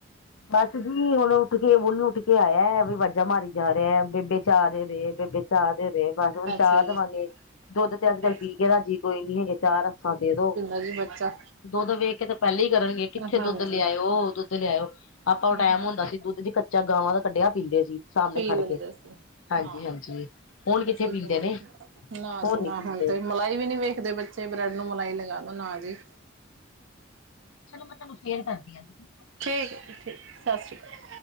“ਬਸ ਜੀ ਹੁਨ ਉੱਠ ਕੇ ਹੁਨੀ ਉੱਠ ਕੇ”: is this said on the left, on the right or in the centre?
Left